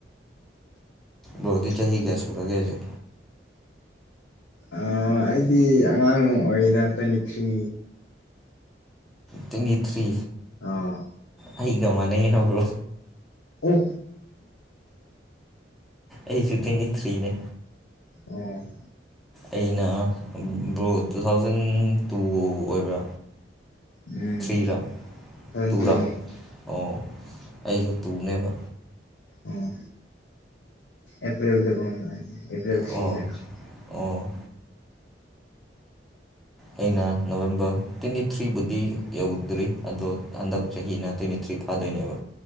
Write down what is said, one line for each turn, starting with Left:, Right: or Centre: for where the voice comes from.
Centre: ꯕꯣꯗꯤ ꯆꯍꯤꯒꯦ ꯁꯨꯔꯒꯦꯦ
Left: ꯑꯩꯗꯤ ꯑꯉꯥꯡ ꯑꯣꯏꯗꯅ ꯇ꯭ꯋꯦꯟꯇꯤ ꯊ꯭ꯔꯤ
Centre: ꯇ꯭ꯋꯦꯟꯇꯤ ꯊ꯭ꯔꯤ
Left: ꯑ
Centre: ꯑꯩꯒ ꯃꯥꯟꯅꯕ꯭ꯔꯣ
Left: ꯑꯣ
Centre: ꯑꯩꯁꯨꯇꯅꯤ ꯊ꯭ꯔꯤꯅꯦ
Left: ꯎꯝ
Centre: ꯑꯩꯅ ꯭ꯔꯣ ꯇꯨ ꯊꯥꯎꯖꯟ ꯇꯨ ꯑꯣꯏꯕ꯭ꯔꯥ
Left: ꯎꯝ
Centre: ꯊ꯭ꯔꯤꯔ
Left: ꯊꯥꯎꯖꯟ
Centre: ꯇꯨꯨꯔꯥ
Left: ꯇꯨꯅꯤ
Centre: ꯑꯣ ꯑꯩꯁꯨ ꯇꯨꯅꯦꯕ
Left: ꯑꯣ ꯑꯦꯄ꯭ꯜ ꯇꯀ ꯑꯦꯄ꯭ꯔꯜ
Centre: ꯑꯣ
Left: ꯁꯤꯗ
Centre: ꯑꯣ ꯑꯩꯅ ꯅꯣꯕꯦꯝꯕꯔ ꯇ꯭ꯋꯦꯟꯇꯤ ꯊ꯭ꯔꯤꯕꯨꯕꯨꯗꯤ ꯌꯧꯗ꯭ꯔꯤ ꯑꯗꯣ ꯍꯟꯗꯛ ꯆꯍꯤꯅ ꯇ꯭ꯋꯦꯟꯇꯤ ꯊ꯭ꯔꯤ ꯐꯥꯗꯣꯏꯅꯦꯕ